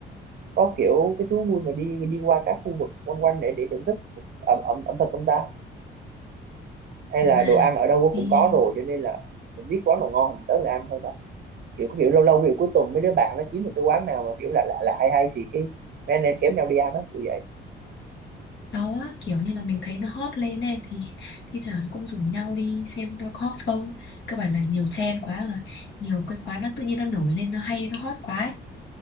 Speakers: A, on the right (about 55°); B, on the left (about 65°).
A: có kiểu cái thú vui mà đi đi qua các khu vực quanh quanh để để thưởng thức ẩm ẩm ẩm thực không ta hay
B: thực
A: là
B: ra
A: đồ
B: là
A: ăn ở đâu
B: đi
A: cũng có rồi cho nên là mình biết quán nào ngon mình tới mình ăn thôi ta kiểu có kiểu lâu lâu kiểu cuối tuần mấy đứa bạn nó kiếm được cái quán nào mà kiểu lạ lạ là hay hay thì cái mấy anh em kéo nhau đi ăn á kiểu vậy
B: đó kiểu như là mình thấy nó hot lên ấy thì thi thoảng nó cũng rủ nhau đi xem nó có hot không cơ bản là nhiều trend quá rồi nhiều cái quán nó tự nhiên nó nổi lên nó hay nó hot quá ấy.